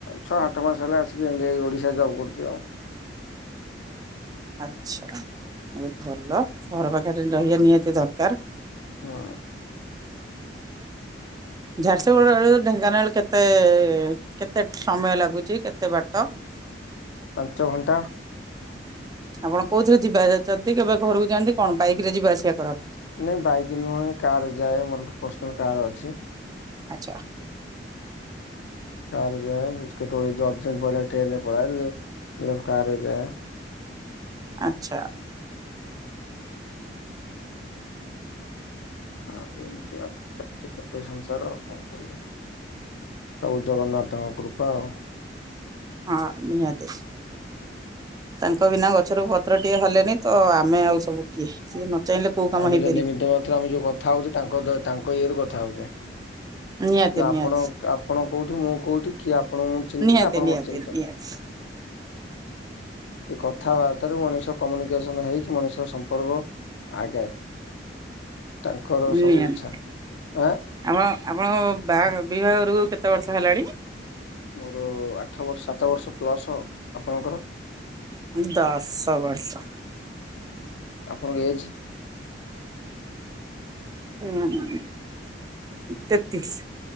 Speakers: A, on the left; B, on the right.
A: ଛଅ ସାତ ମାସ ହେଲା ଆସିକି ଇଣ୍ଡି ଓଡିଶା ଜବ୍ କରୁଚି ଆଉ।
B: ଆଚ୍ଛା ବୋହୁତ ଭଲ ଘର ପାଖରେ ରହିବା ନିହାତି ଦରକାର।
A: ହଁ।
B: ଝାରସୁଗୁଡ଼ ବେଳୁ ଢେଙ୍କାନାଳ କେତେ କେତେ ସମୟ ଲାଗୁଚି କେତେ ବାଟ?
A: ପାଞ୍ଚ ଘଣ୍ଟା।
B: ଆପଣ କୋଉ ଥିଲେ ଯିବା ଆସିବା ଯାଆନ୍ତି କେବେ ଘରକୁ ଯାଆନ୍ତି କଣ ବାଇକ ରେ ଯିବା ଆସିବା କରନ୍ତି?
A: ନାଇଁ ବାଇକ ନୁହଁ କାର ଯାଏ ମୋର ପର୍ସନାଲ କାର ଅଛି।
B: ଆଚ୍ଛା।
A: କାରରେ ଯାଏ, ହଉଚି କେତେବେଳେ ଯଦି ଅର୍ଜେଣ୍ଟ ପଇଲେ ଟ୍ରେନରେ ପଳାଏ, ନହେଲେ କାରରେ ଯାଏ।
B: ଆଚ୍ଛା।
A: ଆଉ ଏମତି ଆଉ, ଚାଲିଛି ଗୋଟେ ସଂସାର ଆଉ, କଣ କରିବା। ସବୁ ଜଗନ୍ନାଥଙ୍କ କୃପା ଆଉ।
B: ହଁ ନିହାତି। ତାଙ୍କ ବିନା ଗଛରୁ ପତ୍ର ଟିଏ ହଲେନି, ତ ଆମେ ଆଉ ସବୁ କିଏ? ସିଏ ନ ଚାହିଁଲେ କୋଉ କାମ
A: ଆମେ
B: ହେଇପାରିବ।
A: ଯେ ନିମିତ ମାତ୍ର। ଆମେ ଯୋଉ କଥା ହଉଛେ ତାଙ୍କ ଦୟା ତାଙ୍କ ଇଏରୁ କଥା ହଉଛେ।
B: ନିହାତି
A: ନା ଆପଣ,
B: ନିହାତି
A: ଆପଣ କୋଉଠି ମୁଁ କୋଉଠି, କିଏ ଆପଣଙ୍କୁ ମୁଁ ଚିହ୍ନିଚି
B: ନିହାତି
A: ନା ଆପଣ
B: ନିହାତି
A: ମୋତେ ଚିହ୍ନିଛନ୍ତି?
B: ନିହାତି
A: ଏଇ କଥାବାର୍ତ୍ତାରୁ ମଣିଷ କମ୍ୟୁନିକେସନ ହେଇକି ମଣିଷ ସମ୍ପର୍କ ଆଗେ, ତାଙ୍କର
B: ନିହାତି।
A: ସବୁ ଇଚ୍ଛା। ଆଁ?
B: ଆପଣ ଆପଣଙ୍କ ବାହାଘ ବିଭାଘରକୁ କେତେ ବର୍ଷ ହେଲାଣି?
A: ମୋର ଆଠ ବର୍ଷ, ସାତ ବର୍ଷ ପ୍ଲସ ଆଉ। ଆପଣଙ୍କର?
B: ଉଁ ଦଶ ବର୍ଷ।
A: ଆପଣଙ୍କ ଏଜ୍?
B: ଉଁ ହଁ, ତେତିଶ।